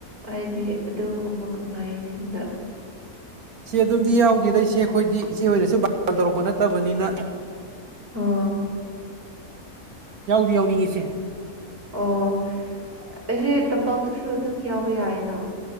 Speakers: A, on the right (about 35°); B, on the right (about 65°).
A: ꯍꯥꯏꯗꯤ ꯑꯗꯨꯒꯨꯝꯕ ꯀꯨꯝꯍꯩꯁꯤꯡꯗ
B: ꯏꯆꯦ ꯑꯗꯨꯝꯗꯤ ꯌꯥꯎꯗꯦꯗ ꯏꯆꯦ ꯑꯩꯈꯣꯏꯗꯤ ꯏꯆꯦꯍꯣꯏꯅꯁꯨ ꯕꯥꯔꯇꯣꯟ ꯇꯧꯔꯛꯄ ꯅꯠꯇꯕꯅꯤꯅ
A: ꯑꯣ
B: ꯌꯥꯎꯗꯤ ꯌꯥꯎꯅꯤꯡꯉꯤ ꯏꯆꯦ
A: ꯑꯣ ꯑꯩꯁꯦ ꯇꯝꯄꯥꯛꯇꯁꯨ ꯑꯗꯨꯝ ꯌꯥꯎꯕ ꯌꯥꯏꯅ